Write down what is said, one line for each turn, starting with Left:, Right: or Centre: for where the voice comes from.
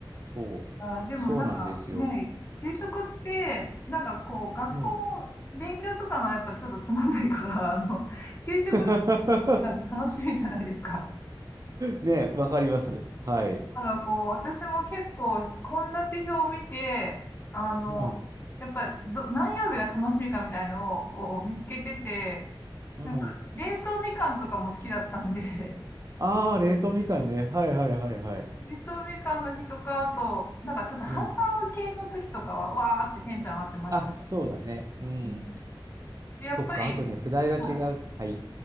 Right: そ
Left: あー、でもなんかね、
Right: う、そうなんですよ。
Left: 給食って、なんかこう、学校、
Right: うん。
Left: 勉強とかがやっぱちょっとつまんないから、<laughs> あの、給食
Right: <laughs>
Left: が楽しみじゃないですか。
Right: ね、わかります。はい。
Left: だからこう、私も結構、献立表を見て、あの、
Right: うん、
Left: やっぱど、何曜日が楽しみかみたいのをこう見つけてて、
Right: うん。
Left: なんか、冷凍みかんとかも好きだったんで、<laughs>
Right: ああ、冷凍みかんね。はいはいはいはい。
Left: 冷凍みかんの日とか、あと、なんかちょっとハンバーグ系の時とかは、
Right: うん。
Left: わーってテンション上がってました。
Right: あ、そうだね。うん。
Left: うんで、やっぱり、
Right: そっか、あとね、世代が違う。
Left: はい
Right: はい。